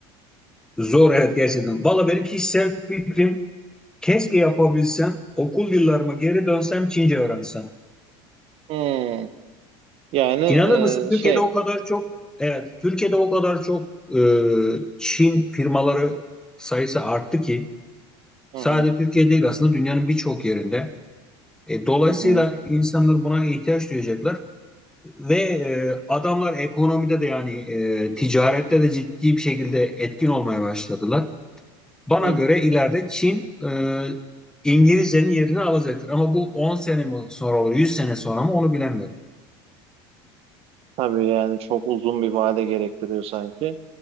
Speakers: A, in the centre; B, on the right (about 50°).
A: zor evet gerçekten. Valla benim kişisel fikrim keşke yapabilsem, okul yıllarıma geri dönsem Çince öğrensem.
B: Hmm. Yani e,
A: İnanır mısın Türkiye'de
B: şey.
A: o kadar çok, evet Türkiye'de o kadar çok e, Çin firmaları sayısı arttı ki
B: Hı
A: sadece
B: hı.
A: Türkiye değil aslında dünyanın birçok yerinde. E, dolayısıyla
B: Hı hı.
A: insanlar buna ihtiyaç duyacaklar. Ve e, adamlar ekonomide de yani e, ticarette de ciddi bir şekilde etkin olmaya başladılar. Bana
B: Hı.
A: göre ileride Çin e, İngilizcenin yerini alacaktır. Ama bu 10 sene mi sonra olur, 100 sene sonra mı onu bilemiyorum.
B: Tabii yani çok uzun bir vade gerektiriyor sanki.